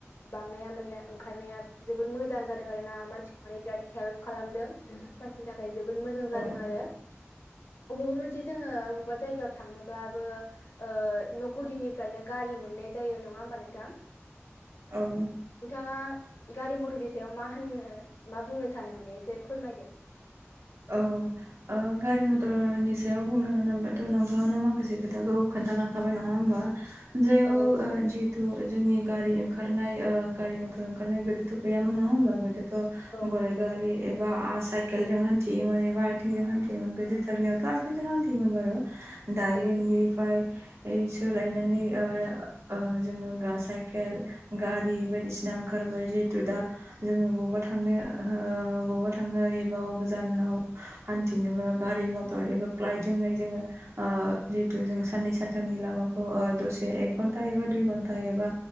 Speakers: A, on the left; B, on the right.
A: बांनाया माने ओंखारनाया। जोबोद मोजां जादों आर ना मानसिखौ माने बिराद हेल्प खालामदों। मानसिनि थाखाय जोबोद मोजां
B: औ
A: जादों आरो अबावबा मोनसे जोङो अबावबा जायगायाव थांनोबाबो ओ-न गुदिनिफ्रायनो गारि मोन मोननाय जायो नङा होमबा नोंथां।
B: ओं
A: नोंथाङा गारि मथरनि सायाव मा होननो मा बुंनो सानो माने एसे फोरमायदो।
B: औ ओ गारि मथरनि सायाव बुंनो होनोब्लाथ नोंथाङा माखासे खोथाखौ खोनथालां बाय नङा होमबा जे हक
A: औ
B: जितु जोंनि गारि ओंखा रनाय ओ गारि मथर ओंखारनाय गोदोथ' गैयामोन नङा होमबा गोदोथ
A: औ
B: गराइ
A: औ
B: गारि। एबा साइकेल जों हानथि खथि मोन एबा आथिंजों खान्थियोमोन गोदो धोरनायावथ आरथिंजों हान्थिमोन आरो। दायोनिफ्राय।
A: औ
B: सोलायनानै ओय ओ-जोङो साइकेल गारि बायदिसिना ओंखारबाय जिहेतु दा। जोङो बबेबा थांनो ओ-बबेबा थांनो एबाव गोजानाव हान्थिनोबो गारि मथर एबा फ्लाइटजोंहाय जोङो। ओ जिहेतु जों साननै सानथामनि लामाखौ दसे एक घन्टा एबा दुइ घन्टा टा एबा